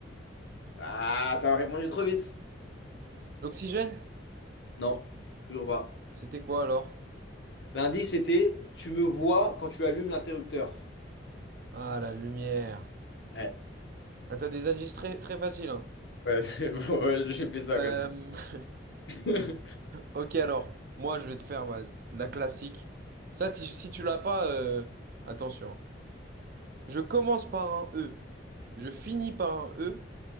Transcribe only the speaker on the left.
Bah, t'as répondu trop vite.
Non, toujours pas.
L'indice c'était, tu me vois quand tu allumes l'interrupteur.
Ouais,
ouais, c'est <laughs> bon, ouais, j'ai fait ça
comme ça.
<laughs>